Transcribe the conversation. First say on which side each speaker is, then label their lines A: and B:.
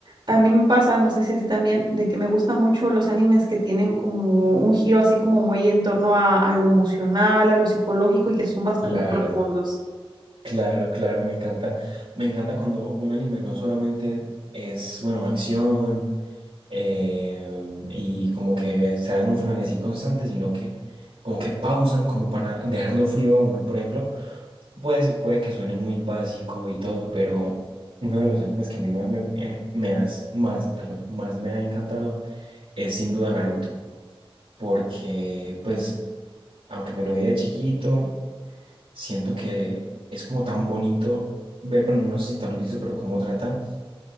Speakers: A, on the right; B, on the right.
A: a mí me pasa, no sé si a ti también, de que me gustan mucho los animes que tienen como un giro así como muy en torno a, a lo emocional, a lo psicológico y que son bastante
B: Claro,
A: profundos.
B: claro, claro, me encanta. Me encanta cuando un anime no solamente es, bueno, acción. eh, y como que están en un frenesí constante, sino que como que pausan como para dejarlo frío a uno. Por ejemplo, puede, ser- puede que suene muy básico y todo, pero uno de los animes que a mí más me, eh, me has- más, perdón, más me ha encantado es sin duda Naruto, porque pues aunque me lo vi de chiquito, siento que es como tan bonito ver, bueno, no sé si tú lo has visto, pero cómo trata